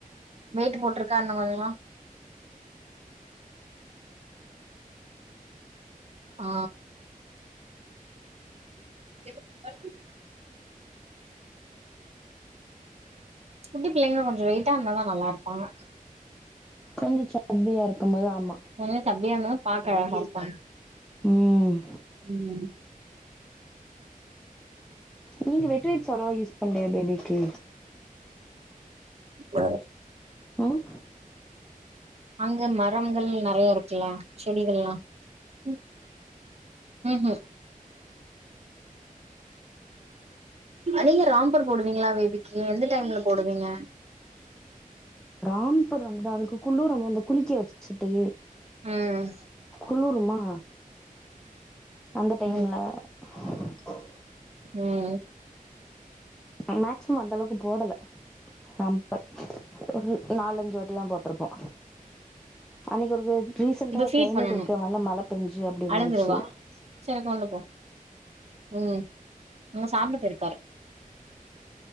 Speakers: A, on the right; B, in the centre.
A: வெய்ட்டு போட்ருக்கா என்ன பாக்கலா ஆ <unintelligible> குட்டி பிள்ளைங்க கொஞ்சோ வெயிட்டா இருந்தாதா நல்லா இருப்பாங்க
B: கொஞ்சோ சப்பியா இருக்கும் போது ஆமா
A: நல்லா சப்பியா இருந்தாதா பாக்க அழகா இருப்பாங்க
B: ம்
A: ம்
B: நீங்க வெட் வைப்ஸ் அவ்ளோவா யூஸ் பண்லையா பேபிக்கு
A: வேற
B: ம்
A: அங்க மரங்கள் நெறைய இருக்குல்ல செடிகள்லா ம் ம் நீங்க ராம்பர் போடுவீங்களா பேபிக்கி எந்த டைம்ல போடுவீங்க
B: ஆம்பர் வந்து அவுளுக்கு குளுரும்போத் இந்த குளிக்க வெச்சுட்டு
A: ம்
B: குளுருமா அந்த டைம்ல
A: ம்
B: <unintelligible>
A: ம்
B: ம் மேக்சிமம் அந்தளவுக்கு போடல காம்பேக்ட் ஒரு நாலஞ்சு வாட்டிதா போட்ருப்பே அன்னைக்கு ஒருக்க ரீசெண்டா
A: இப்ப ஃபீட்
B: க்ளைமேட்
A: பண்ணனு
B: ஒருக்க நல்ல மழ பெஞ்சு அப்டி இருந்துச்சு
A: அழுதுருவா சரி கொண்டு போ ம் அங்க சாப்பிட போயிருக்காரு